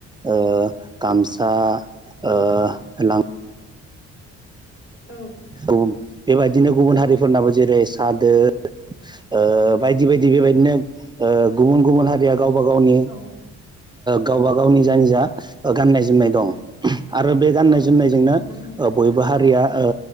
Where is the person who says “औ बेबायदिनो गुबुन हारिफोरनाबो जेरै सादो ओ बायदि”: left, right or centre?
Right